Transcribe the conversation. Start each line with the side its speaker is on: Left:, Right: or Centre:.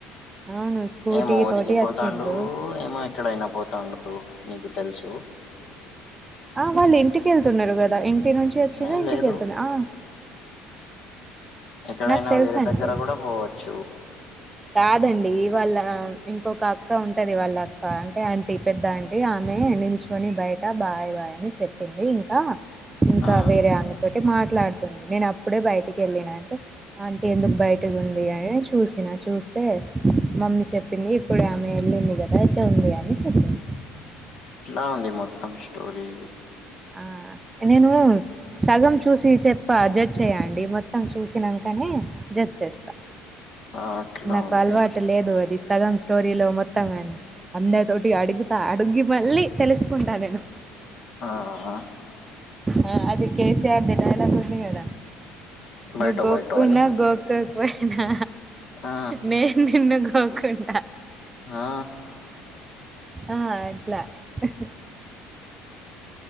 Right: అవును స్కూటీ
Left: ఏమో ఉరికిపోతాండు
Right: తోటి వచ్చిండ్రు
Left: ఏమో ఎక్కడైనా పోతాండో నీకు తెలుసు
Right: ఆ వాళ్ళు ఇంటికెళ్తున్నరు గద, ఇంటి నుంచి వచ్చినా
Left: ఏ
Right: ఇంటికి
Left: లేదు.
Right: వెళ్తుంది ఆ
Left: ఎక్కడైనా
Right: నాకు తెలుసండి
Left: వేరే దగ్గర గుడ పోవచ్చు.
Right: కాదండి వాళ్ళ ఇంకొక అక్క ఉంటది వాళ్ళ అక్క, అంటే ఆంటీ పెద్ద అంటీ ఆమె మే నిల్చొని బయట బాయ్ బాయ్ అని చెప్పింది, ఇంకా ఇంకా
Left: ఆ!
Right: వేరే ఆమెతోటి మాట్లాడుతుంది, నేనప్పుడే బయటికి వెళ్ళిన అయితే ఆంటి ఎందుకు బయటకు ఉంది అని చూసిన చూస్తే మమ్మీ చెప్పింది, ఇప్పుడే ఆమె ఎళ్ళింది కదా అయితే ఉంది అని చెప్పింది.
Left: ఎట్లా ఉంది మొత్తం స్టోరీ?
Right: ఆ నేను సగం చూసి చెప్ప, జడ్జ్ చేయ్యండి మొత్ మొత్తం చూసినంకనే జడ్జ్ చేస్తా,
Left: ఆ! అట్లా
Right: నాకు
Left: ఉంది.
Right: అలవాటు లేదు అది సగం స్టోరీ లో మొత్తం అని అందరి తోటి అడుగుతా అడుగి మళ్ళీ తెలుసుకుంటా నేను
Left: ఆ!
Right: ఆ అది కే సీ ఆర్ ది డైలాగ్ ఉంది గదా,
Left: బయటో
Right: నువ్వు గోక్కున్నా
Left: బయటో అని
Right: గోక్కో పోయినా
Left: ఆ
Right: నేను నిన్ను గోకుంట.
Left: ఆ
Right: ఆ అట్లా <inaudible>